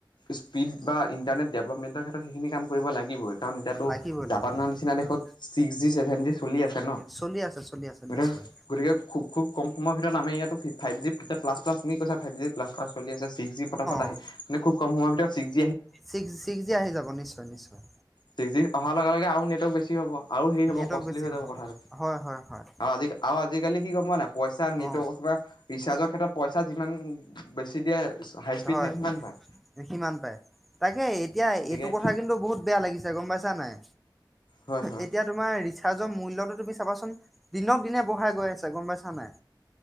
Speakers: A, on the left; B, in the centre.
A: স্পীড বা ইণ্টাৰনেট ডেভেলপমেণ্টৰ ক্ষেত্ৰত সেইখিনি কাম কৰিব লাগিবই। কাৰণ এতিয়াতো
B: লাগিবই
A: জাপানৰ
B: লাগিবই
A: নিচিনা
B: হয়
A: দেশত- ছিক্স জি ছেভেন জি চলি আছে ন
B: চলি আছে চলি আছে
A: গতিকে
B: নিশ্চয়
A: গতিকে- খু খুব কম সময় ভিতৰত আমি ইয়টো ফাইভ জি প্লাছ তুমি কৈছা ফাইভজি প্লাছ - চলি আছে চিক্সজি পতাপত আহি
B: অ
A: মানে খুব কম সময়- <unintelligible>
B: ছিক্স ছিক্স জি আহি যাব নিশ্চয় নিশ্চয়।
A: ছিক্স জি অহাৰ লগে লগে আৰু নেটৱৰ্ক বেছি হ'ব। আৰু হেৰি হব
B: নেটৱৰ্ক
A: কষ্টলি
B: বেছি
A: হৈ যাব
B: হ'ব
A: কথাটো
B: হয় হয় হয়
A: আৰু আজি আৰু- আজিকালি কি গম পোৱা নাই পইচা নিত
B: অ
A: কা ৰিচাৰ্জৰ ক্ষেত্ৰত পইচা যিমান বেছি দিয়ে হাই স্পীড
B: হয়
A: নেট সিমান পায়।
B: সিমান পাই তাকে এতিয়া
A: অ' গতিকে
B: এইটো কথা কিন্তু বহুত বেয়া লাগিছে চে গম <inaudible> পায়ছা নে নাই
A: হয় হয়
B: এতিয়া তোমাৰ ৰিচাৰ্জ মূল্যতটো তুমি চাবাচোন দিনক দিনে বঢ়াই গৈ আছা গম পাইছা নাই